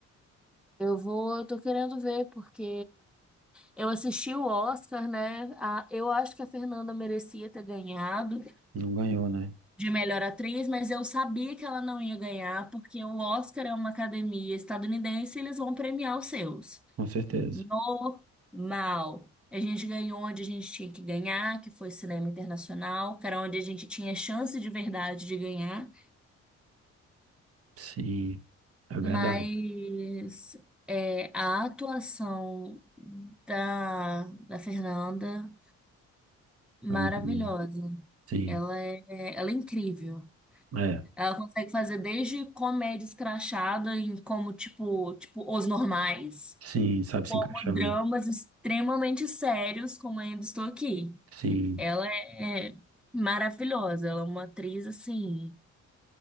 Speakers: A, in the centre; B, on the right (about 50°).
A: Eu vou, eu tô querendo ver, porque eu assisti o Oscar, né? A, eu acho que a Fernanda merecia ter ganhado
B: não ganhou, né,
A: de melhor atriz, mas eu sabia que ela não ia ganhar, porque o Oscar é uma academia estadunidense e eles vão premiar os seus.
B: com certeza,
A: Normal. A gente ganhou onde a gente tinha que ganhar, que foi cinema internacional, que era onde a gente tinha chance de verdade de ganhar,
B: sim, é verdade,
A: mas é, a atuação da, da Fernanda, maravilhosa.
B: é muito bom, sim,
A: Ela é, ela é incrível.
B: é,
A: Ela consegue fazer desde comédia escrachada em como, tipo, tipo, Os Normais,
B: sim, sabe
A: como
B: se encaixar,
A: dramas
B: né,
A: extremamente sérios, como Ainda Estou Aqui.
B: sim.
A: Ela é maravilhosa, ela é uma atriz assim